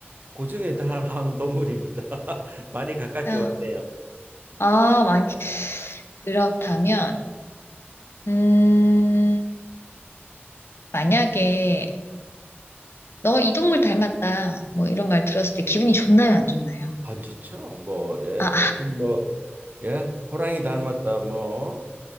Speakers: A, on the right; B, on the left.
A: 고중에 달한 동물입니다. <laughs> 많이 가깝게
B: 아,
A: 왔네요.
B: 아, 만, 그렇다면, 음, 만약에, 너 이 동물 닮았다, 뭐 이런 말 들었을 때 기분이 좋나요, 안 좋나요?
A: 안 좋죠? 뭐, 예,
B: 아,
A: 뭐, 예, 호랑이 닮았다, 뭐,